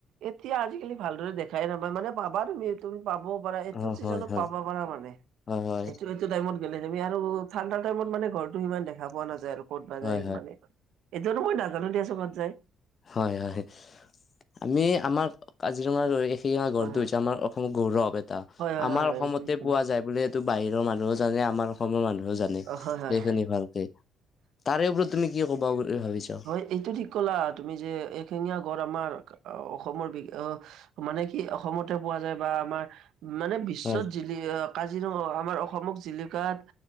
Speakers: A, on the right; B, on the left.
A: এতিয়া আজিকালি ভালদৰে দেখাই নাপায় মানে পাবা তুমি৷ তুমি পাব পাৰা এইটো
B: অ'
A: চিজনত
B: হয় হয়
A: পাবা পাৰা মানে
B: হয় হয়
A: এইটো টাইমত গলে যি আৰু ঠাণ্ডা টাইমত মানে ঘৰৰতটো ইমান দেখা পোৱা নাযায় আৰু ক'তব
B: হয়
A: যায় মানে। এইতিয়াো মই নাজানো দিয়া চকত যায়।
B: হয়-হয় আমি আমাৰ কাজিৰঙালৈ সেই আাগৰটো
A: হয়
B: যে আমাৰ অসমৰ গৌৰৱ এটা।
A: হয়। হয়
B: আমাৰ
A: হয় হয়
B: অসমতে
A: হয় এইটো ঠিক ক'লা।
B: পোৱা যায় বুলি এইটো বাহিৰৰ মানুহও জানে আমাৰ অসমৰ মানুহেও জানে।
A: অ
B: সেইখিনি
A: হয় হয়
B: ভালকে তাৰেপৰত তুমি কি কবা বুলি ভাবিছা।
A: হয় এইটো ঠিক কলা তুমি যে এখেঙীয়া গডৰ় আমাৰ অ অসমৰ বি মানে কি অসমতে পোৱা যায় বা আমাৰ মানে বিশ্বত
B: হয়
A: যি কাজিৰঙা আমাৰ অসমক জিলিকাত